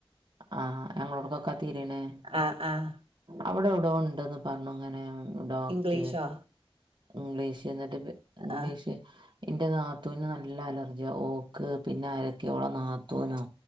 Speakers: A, on the right; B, on the right.
A: ആഹ്, ഞങ്ങളോട്ക്കൊക്കാ തീരീണെ
B: ആഹ് ആഹ്
A: അവ്ടൊവ്ടോണ്ട്ന്ന് പർണു ങ്ങനെ ഉം ഡോക്ടേ
B: ഇംഗ്ലീഷോ
A: ഇംഗ്ലീഷ് ന്നട്ട് പ് ഇംഗ്ലീഷ്
B: ആഹ്
A: ഇന്റെ നാത്തൂന് നല്ല അലർജ്യാ. ഓക്ക് പിന്നെ ആരക്കേ ഓള നാത്തൂനോ